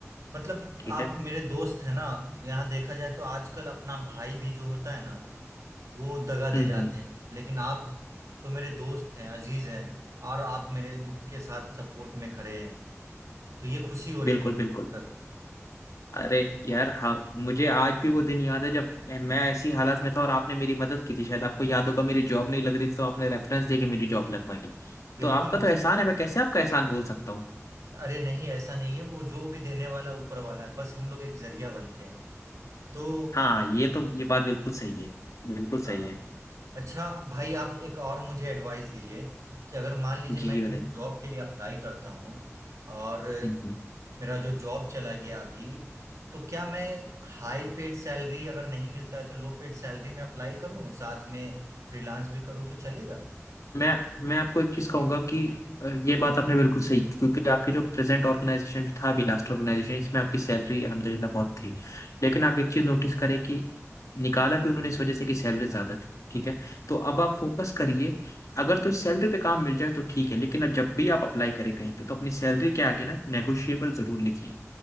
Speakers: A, on the right; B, on the left.
A: मतलब
B: ठीक
A: आप
B: है
A: मेरे दोस्त है ना यहाँ देखा जाए तो आजकल अपना भाई भी जो होता है ना वो दगा
B: हम्म
A: दे जाते
B: हम्म
A: हैं लेकिन आप तो मेरे दोस्त हैं अजीज हैं और आप मेरे दुख के साथ सपोर्ट में खड़े हैं तो ये खुशी हो रही
B: बिल्कुल
A: है मुझे
B: बिल्कुल
A: देखकर
B: अरे यार हाँ मुझे आज भी वो दिन याद है जब मैं ऐसी हालत में था और आपने मेरी मदद की थी शायद आपको याद होगा मेरी जॉब नहीं लग रही थी तो आपने रेफरेंस दे के मेरी जॉब लगवाई
A: बिल्कुल
B: तो आपका
A: मुझे
B: तो एहसान है मैं कैसे आपका एहसान बोल सकता हूँ
A: अरे नहीं ऐसा नहीं है वो जो भी देने वाला ऊपर वाला है बस हम लोग एक जरिया बनते हैं तो
B: हाँ ये तो ये बात बिल्कुल सही है बिल्कुल सही
A: हाँ
B: है
A: अच्छा भाई आप एक और मुझे एडवाइस दीजिए कि अगर मान लीजिए
B: जी
A: मैं
B: जी
A: कहीं
B: बताइए
A: जॉब के लिए अप्लाई करता हूँ और
B: हम्म, हम्म।
A: मेरा जो जॉब चला गया अभी तो क्या मैं हाई पेड सैलरी अगर नहीं मिलता है तो लो पेड सैलरी में अप्लाई करूँ साथ में फ्रीलांस भी करूँ तो चलेगा
B: मैं मैं आपको एक चीज कहूंगा कि अ, ये बात आपने बिल्कुल सही क्योंकि आपके जो प्रेजेंट ऑर्गेनाइजेशन था अभी लास्ट ऑर्गेनाइजेशन इसमें आपकी सैलरी अलहमदिल्ला बहुत थी लेकिन आप एक चीज नोटिस करें कि निकाला भी उन्होंने इस वजह से कि सैलरी ज्यादा थी ठीक है तो अब आप फोकस करिए अगर तो इस सैलरी पे काम मिल जाए तो ठीक है लेकिन अब जब भी आप अप्लाई करें कहीं पे तो अपनी सैलरी के आगे ना नेगोशिएबल जरूर लिखिए